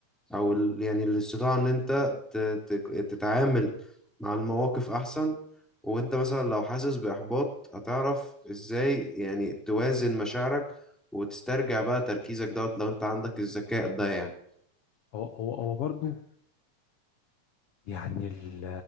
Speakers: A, in the centre; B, on the left.
A: او ال يعني الاستطاعة ان انت ت- ت- تتعامل مع المواقف احسن وانت مثلا لو حاسس باحباط هتعرف ازاي يعني توازن مشاعرك وتسترجع بقى تركيزك دوت لو انت عندك الذكاء ده يعني
B: هو هو هو برضه يعني ال-